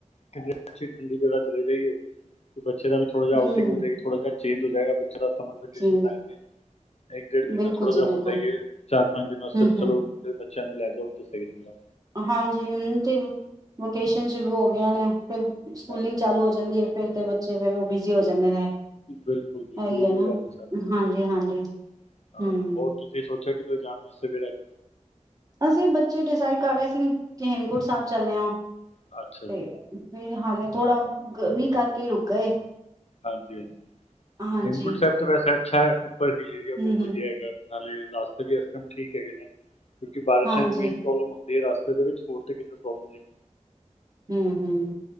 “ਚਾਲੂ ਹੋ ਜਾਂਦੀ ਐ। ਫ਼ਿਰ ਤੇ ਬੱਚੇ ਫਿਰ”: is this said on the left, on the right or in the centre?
Right